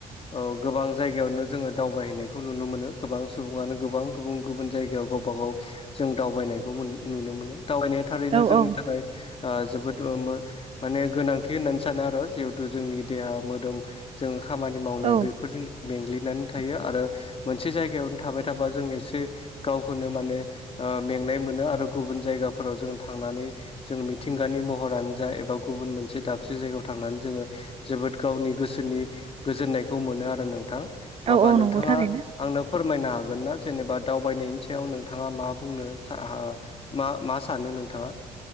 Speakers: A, on the left; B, on the right.
A: औ गोबां जायगायावनो जोङो दावबायहैनाय खौ नुनो मोनो गोबां सुबुङानो गोबां गुबुन गुबुन जायगायाव गावबा गाव जों दावबायनायखौ मोन नुनो मोनो। दावबायनाया थारैनो
B: औ
A: जोंनि
B: औ
A: थाखाय ओ जोबोद ओ मो माने गोनांथि होननानै सानो आर' जिहेथु जोंनि देहा मोदोम जोङो खामानि मावनाय
B: औ
A: बेफोरजों मेंग्लिनानै थायो। आरो मोनसे जायगायावनो थाबाय थाबा जों एसे गावखौनो माने ओ मेंनाय मोनो आरो गुबुन जायगाफोराव जों थांनानै जों मिथिंगानि महरानो जा एबा गुबुन मोनसे दाबसे जायगायाव थांनानै जोङो जोबोद गावनि गोसोनि गोजोननायखौ मोनो आरो नोंथां। होबा
B: औ औ
A: नोंथाङा
B: नंगौ थारैनो
A: आंनो फोरमायनो हागोन ना। जेनेबा दावबायनायनि सायाव नोंथाङा मा बुंनो सा आ मा मा सानो नोंथाङा?